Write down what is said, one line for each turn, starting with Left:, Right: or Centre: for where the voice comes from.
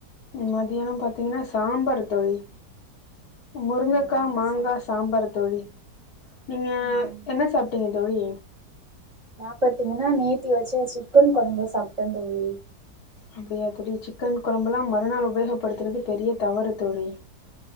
Left: மதியானம் பாத்தீங்கன்னா சாம்பார் தோழி முருங்கக்கா
Right: ஆஹா
Left: மாங்கா
Right: சா
Left: சாம்பார் தோழி நீங்க
Right: ம் ம்
Left: என்ன சாப்ட்டீங்க தோழி
Right: நா பாத்தீங்கன்னா நேத்தி வச்ச சிக்கன் கொழம்பு சாப்ட்ட தோழி
Left: அப்டியா அப்டி சிக்கன் கொழம்பல்லா மறுநாள் உபயோகப்படுத்துறது பெரிய தவறு தோழி